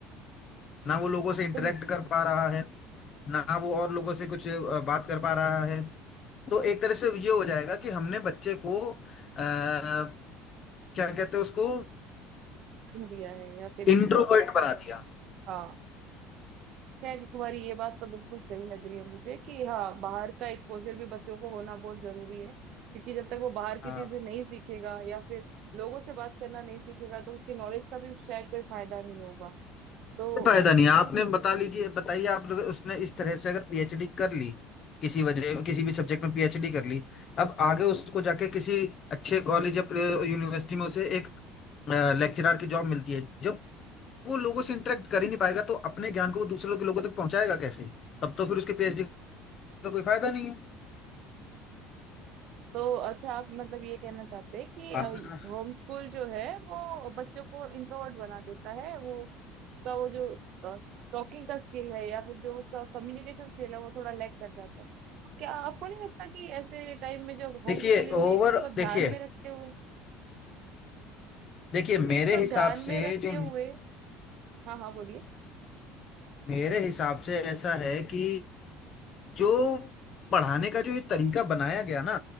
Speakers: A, on the left (about 45°); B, on the right (about 60°).
A: ना वो लोगों
B: हाँ,
A: से इंटरेक्ट
B: तुम
A: कर पा रहा है ना वो और लोगों से कुछ अ, बात कर पा रहा है तो एक तरह से ये हो जाएगा कि हमने बच्चे को आ, क्या कहते हैं उसको
B: दिया है या फिर एक
A: इंट्रोवर्ट
B: अ,
A: बना दिया
B: हाँ खैर तुम्हारी ये बात तो बिल्कुल सही लग रही है मुझे कि हाँ बाहर का एक्सपोजर भी बच्चों को होना बहुत जरूरी है क्योंकि जब तक वो बाहर की
A: हाँ
B: चीजें नहीं सीखेगा या फिर लोगों से बात करना नहीं सीखेगा तो उसकी नॉलेज का भी शायद कोई फायदा नहीं होगा तो
A: फायदा
B: ट्रेडिशनल
A: नहीं है। आपने बता लीजिए बताइए आप लोग उसने इस तरह से अगर पीएचडी कर ली किसी वजह किसी भी सब्जेक्ट में पीएचडी कर ली अब आगे उसको जाके किसी अच्छे कॉलेज या यूनिवर्सिटी में उसे एक लेक्चरर की जॉब मिलती है जब वो लोगों से इंटरेक्ट कर ही नहीं पाएगा तो अपने ज्ञान को वो दूसरे के लोगों तक पहुंचाएगा कैसे तब तो फिर उसके पीएचडी का कोई फायदा नहीं है
B: तो अच्छा आप मतलब ये कहना चाहते हैं कि
A: आप-
B: होम स्कूल जो है वो बच्चों को इंट्रोवर्ट बना देता है वो उसका वो जो टॉकिंग का स्किल है या फिर जो उसका कम्युनिकेशन स्किल है वो थोड़ा लैक कर जाता है क्या आपको नहीं लगता कि ऐसे टाइम में जो होम
A: देखिए
B: स्कूलिंग
A: ओवर
B: में इस चीज को ध्यान
A: देखिए
B: में रखते हुए
A: देखिए
B: जैसे
A: मेरे
B: इसको
A: हिसाब
B: ध्यान में
A: से
B: रखते
A: जो
B: हुए हाँ हाँ बोलिए
A: मेरे हिसाब से ऐसा है कि जो पढ़ाने का जो ये तरीका बनाया गया ना